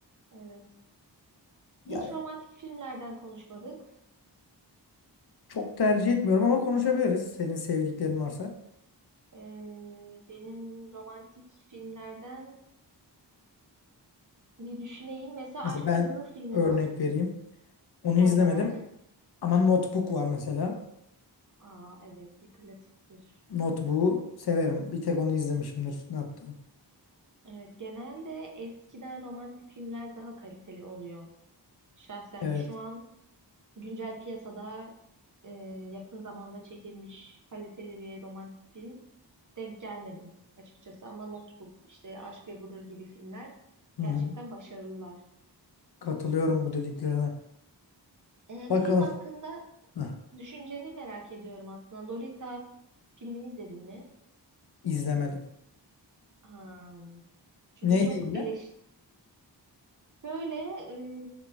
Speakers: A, on the right; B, on the left.
A: Evet.
B: Yani
A: Hiç romantik filmlerden konuşmadık.
B: çok tercih etmiyorum ama konuşabiliriz. Senin sevdiklerin varsa.
A: Ee, benim romantik filmlerden bir düşüneyim. Mesela
B: Mesela
A: Aşk
B: ben
A: ve Gurur filmi
B: örnek
A: var.
B: vereyim. Onu
A: Sen
B: izlemedim
A: de ver.
B: ama Notebook var mesela.
A: Aa evet bir klasiktir.
B: Notebook'u severim. Bir tek onu izlemişimdir hatta.
A: Evet, genelde eskiden romantik filmler daha kaliteli oluyor. Şahsen
B: Evet.
A: şu an güncel piyasada e, yakın zamanda çekilmiş kaliteli bir romantik film denk gelmedim açıkçası. Ama Notebook, işte Aşk ve Gurur gibi filmler
B: Hı
A: gerçekten
B: hı.
A: başarılılar.
B: Katılıyorum bu dediklerine.
A: E,
B: Bakalım.
A: bir film hakkında
B: Heh,
A: düşünceni merak ediyorum aslında. Lolita filmini izledin mi?
B: izlemedim.
A: Ha, çünkü
B: Neyle
A: çok
B: ilgili?
A: eleş Böyle e,